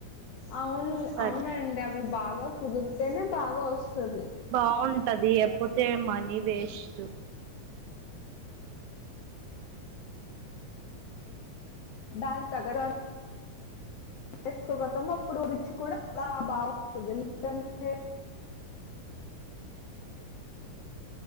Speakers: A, on the left; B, on the right.
A: అవును
B: సరే
A: అవునండి అవి బాగా కుదురుతేనే బాగా వస్తది.
B: బావుంటాది అప్పుడుకే మనీ వేస్ట్.
A: బ్యాంక్ తగ్గడానికి. చేసుకోగతాము అప్పుడు రుచి కూడా చాలా బాగా వస్తుంది లేదంటే.